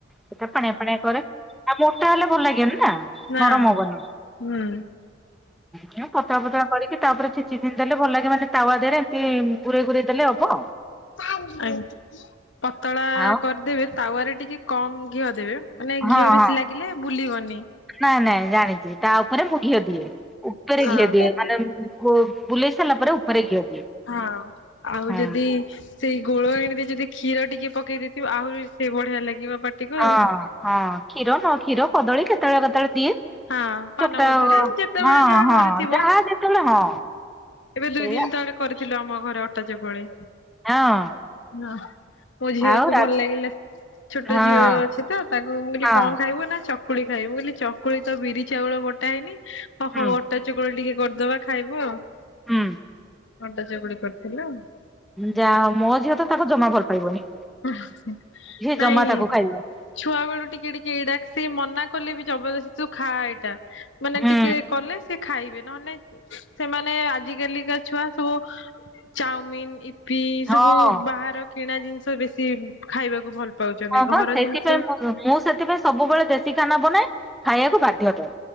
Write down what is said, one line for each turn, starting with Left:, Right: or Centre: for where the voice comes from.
Centre: ସେଟା ପାଣିଆ ପାଣିଆ କରେ ଆଉ ମୋଟା ହେଲେ ଭଲ ଲାଗିବନି ନା
Left: ନା
Centre: ନରମ ହବନି
Left: ହୁଁ।
Centre: ହୁଁ ପତଳା ପତଳା କରିକି ତାପରେ ଛିଞ୍ଚି ଦେଲେ ଭଲ ଲାଗେ ମାନେ ତାୱା ଦେରେ ଏମିତି ଗୁରେଇ ଗୁରେଇ ଦେଲେ ହବ
Left: ଆଜ୍ଞା ପତଳା
Centre: ଆଉ
Left: କରିଦେବେ ତାୱରେ ଟିକେ କମ ଘିଅ ଦେବେ ମାନେ
Centre: ହଁ
Left: ଘିଅ ବେଶୀ
Centre: ହଁ
Left: ଲାଗିଲେ ବୁଲିବନି
Centre: ନାଇଁ ନାଇଁ ଜାଣିଛି ତା ଉପରେ ମୁଁ ଘିଅ ଦିଏ ଉପରେ
Left: ହଁ
Centre: ଘିଅ ଦିଏ ମାନେ ବୁଲେଇ ସାରିଲା ପରେ ଉପରେ ଘିଅ ଦିଏ
Left: ହଁ ଆଉ
Centre: ହଁ
Left: ଯଦି ସେଇ ଗୋଳ ଆଣିବେ ଯଦି କ୍ଷୀର ଟିକେ ପକେଇ ଦେଇଥିବ ଆହୁରି ସେ ବଢିଆ ଲାଗିବ। ପାଟିକୁ
Centre: ହଁ
Left: ଆଉ।
Centre: ହଁ କ୍ଷୀର ନ କ୍ଷୀର କଦଳୀ କେତେବେଳେ କେତେବେଳେ ଦିଏ।
Left: ହଁ ପାନମଧୁରୀ
Centre: ଚକଟା
Left: ଯେତେବେଳେ
Centre: ହଁ
Left: ଯାହା
Centre: ହଁ
Left: ଘରେ ଥିବ।
Centre: ଯାହା ଯେତେବେଳେ ହଁ
Left: ଏବେ ଦୁଇ
Centre: ସେଇଆ
Left: ଦିନ୍ ତଳେ କରିଥିଲୁ ଆମ ଘରେ ଅଟା ଚକୁଳି।
Centre: ହଁ
Left: ହଁ ମୋ ଝିିଅକୁ
Centre: ଆଉ ରା
Left: ଭଲ ଲାଗିଲା। ଛୋଟ
Centre: ହଁ
Left: ଝିଅ ଅଛି ତ ତାକୁ ମୁଁ କହିଲି
Centre: ହଁ
Left: କଣ ଖାଇବୁ ନା ଚକ କୁଳି ଖାଇବୁ ମୁଁ କହିଲି ଚକୁଳି ତ ବିରି ଚାଉଳ ବଟା ହେଇନି ଅ
Centre: ହୁଁ
Left: ହୋଉ ଅଟା ଚକୁଳି ଟିକେ କରିଦବା। ଖାଇବୁ ଆଉ।
Centre: ହୁଁ।
Left: ଅଟା ଚକୁଳି କରିଥିଲ।
Centre: ଯାହା ହୋଉ ମୋ ଝିଅ ତ ତାକୁ ଜମା ଭଲ ପାଇବନି।
Left: ନାଇଁ
Centre: ଝିଅ ଜମା ତାକୁ ଖାଇବନି
Left: ଛୁଆ ବେଳୁ ଟିକେ ଟିକେ ଏଡାକ ସେ ମନା କଲେ ବି ଜବରଦସ୍ତି ତ ଖା ଏଇଟା ମାନେ
Centre: ହୁଁ
Left: ଟିକେ କଲେ ସେ ଖାଇବେ ନହେଲେ ନାହିଁ ସେମାନେ ଆଜିକାଲିକା ଛୁଆ ସବୁ ଚାଉମିନ୍ ଇପି
Centre: ହଁ।
Left: ସବୁ ବାହାର କିଣା ଜିନିଷ ବେଶି ଖାଇବାକୁ ଭଲ ପାଉଛନ୍ତି
Centre: ହଁ
Left: ଘର
Centre: ପା ସେଇଥିପାଇଁ
Left: ଜିନିଷ
Centre: ମୁଁ ସେଥିପାଇଁ ସବୁବେଳେ ଦେଶୀ ଖାନା ବନାଏ ଖାଇବାକୁ ବାଧ୍ୟ ତମେ।